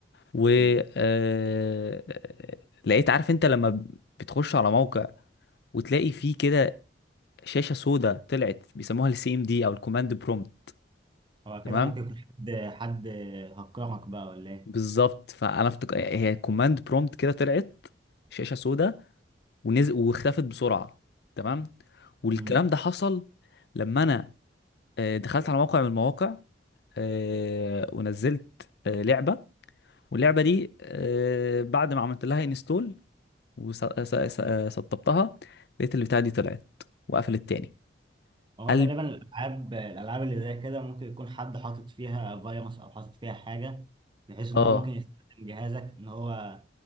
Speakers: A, on the left; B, on the right.
A: و
B: مم.
A: آه، لقيت عارف انت لما بتخش على موقع وتلاقي فيه كده شاشه سوداء طلعت بيسموها السي ام دي او الكوماند برومبت
B: هو
A: تمام
B: كده ممكن يكون حد حد هكرهك بقى ولا ايه؟
A: بالظبط فانا افتكر هي كوماند برومبت كده طلعت شاشه سوداء ونزل واختفت بسرعه تمام والكلام
B: مم.
A: ده حصل لما انا آه، دخلت على موقع من المواقع آه، ونزلت آه، لعبه واللعبه دي آه، بعد ما عملت لها انستول وسطبتها لقيت البتاعه دي طلعت وقفلت تاني
B: هو
A: قلب
B: غالبا الالعاب الالعاب اللي زي كده ممكن يكون حد حاطط فيها فيروس او حاطط فيها حاجه بحيث ان
A: اه
B: هو ممكن يستخدم جهازك ان هو